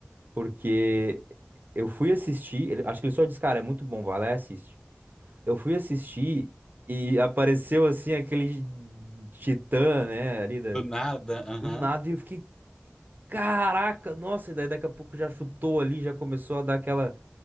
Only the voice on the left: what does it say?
do nada. Aham.